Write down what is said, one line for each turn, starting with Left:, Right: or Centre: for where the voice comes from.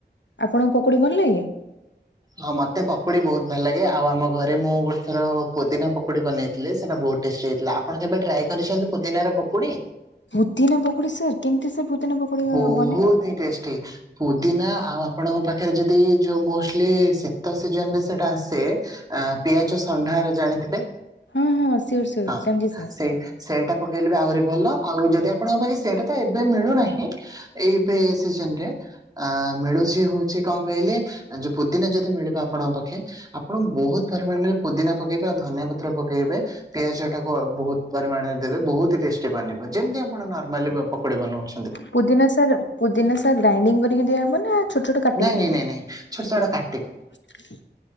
Left: ଆପଣଙ୍କୁ ପକୁଡି ଭଲ ଲାଗେ?
Right: ହଁ ମତେ ପକୁଡି ବହୁତ ଭଲ ଲାଗେ ଆଉ ଆମ ଘରେ ମୁଁ ଗୋଟେଥର ପୋଦିନା ପକୁଡି ବନେଇଥିଲି ସେଇଟା ବହୁତ ଟେଷ୍ଟି ହେଇଥିଲା ଆପଣ କେବେ ଟ୍ରାଏ କରିଛନ୍ତି ପୁଦିିନାର ପକୁଡି?
Left: ପୁଦିନା ପକୁଡି ସାର୍ କେମିତି ସାର୍ ପୁଦିନା ପକୁଡି
Right: ବହୁତ
Left: ବନେ?
Right: ଟେଷ୍ଟି ପୁଦିନା ଆଉ ଆପଣଙ୍କ ପାଖରେ ଯଦି ଯୋଉ ମ ଶୀତ ସିଜନ ରେ ସେଟା ଆସେ ପିଆଜ ସଣ୍ଢାର ଜାଣିଥିବେ।
Left: ହଁ ହଁ ସିଓର ସିଓର
Right: ହଁ
Left: ଜାଣିଛି ସାର୍
Right: ସେଇ ସେଇଟା ପକେଇଲେ ବି ଆହୁରି ଭଲ ଆଉ ଯଦି ଆପଣଙ୍କ ପାଖେ ସେଇଟା ତ ଏବେ ମିଳୁନାହିଁ। ଏଇବେ ସିଜନ ରେ। ଆ ମିଳୁଛି ହଉଛି କଣ କହିଲେ ଯୋଉ ପୁଦିିନା ଯଦି ମିଳିବ ଆପଣଙ୍କ ପାଖେ ଆପଣ ବହୁତ ପରିମାଣରେ ପୁଦିନା ପକେଇବେ ଆଉ ଧନିଆ ପତ୍ର ପକେଇବେ। ପିଆଜ ଟାକୁ ବହୁତ ପରିମାଣରେ ଦେବେ ବହୁତ ଟେଷ୍ଟି ବନିବ ଯେମତି ଆପଣ ନର୍ମାଲି ପକୋଡି ବନଉଚ।
Left: ପୁଦିନା ସାର ପୁଦିନା ସାର ଗ୍ରାଇଣ୍ଡିଙ୍ଗ କରିକି ଦିଆହବ ନା ଛୋଟ ଛୋଟ କାଟିକି
Right: ନାଇଁ
Left: ଦବ।
Right: ନାଇଁ ନାଇଁ ନାଇଁ ଛୋଟ ଛୋଟ କାଟିକି।
Left: <inaudible>